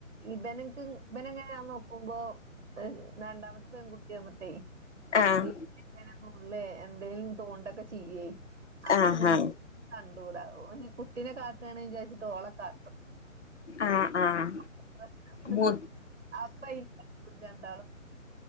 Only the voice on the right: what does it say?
ഇതാനെ ഇവനെങ്ങനായ നോക്കുമ്പോ രണ്ടാമത്തെ പെൺകുട്ടിയന്നിട്ടേ
എങ്ങനന്നുള്ളേ എന്തേലും തോണ്ടൊക്കെ ചെയ്യേ അപ്പൊ
മോ കണ്ടുട ഒന് കുട്ടീനെ കാട്ടുകണ് വിചാരിച്ചിട്ട് ഓളെ കാ
<unintelligible>
രണ്ടാള്